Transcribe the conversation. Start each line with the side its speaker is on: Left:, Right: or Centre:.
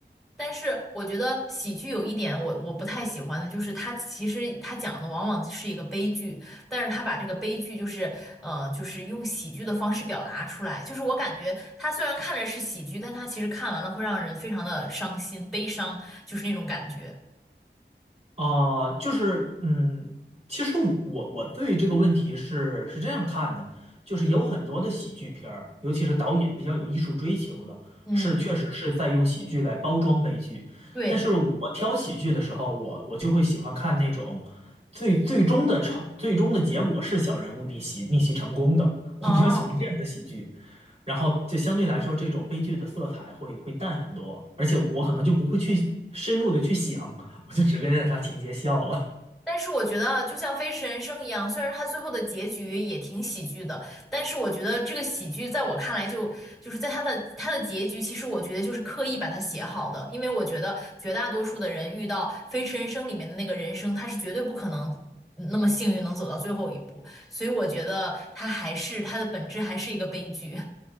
Centre: 但是我觉得喜剧有一点我我不太喜欢的，就是它其实它讲的往往是一个悲剧，但是它把这个悲剧就是呃就是用喜剧的方式表达出来，就是我感觉它虽然看着是喜剧，但它其实看完了会让人非常的伤心、悲伤，就是那种感觉。
Right: 啊、就是嗯，其实我我对这个问题是是这样看的，就是有很多的喜剧片儿，尤其是导演比较有艺术追求的，
Centre: 嗯，
Right: 是确实是在用喜剧来包装悲剧。
Centre: 对，
Right: 但是我挑喜剧的时候，我我就会喜欢看那种最最终的成最终的结果是小人物逆袭逆袭成功的，我比较喜欢这样的喜剧。
Centre: 哦，
Right: 然后就相对来说，这种悲剧的色彩会会淡很多，而且我可能就不会去深入的去想，我就只跟着他情节笑了。
Centre: 但是我觉得，就像《飞驰人生》一样，虽然它最后的结局也挺喜剧的，但是我觉得这个喜剧在我看来就，就是在它的它的结局，其实我觉得就是刻意把它写好的，因为我觉得绝大多数的人遇到《飞驰人生》里面的那个人生，他是绝对不可能那么幸运能走到最后一步，所以我觉得它还是它的本质还是一个悲剧。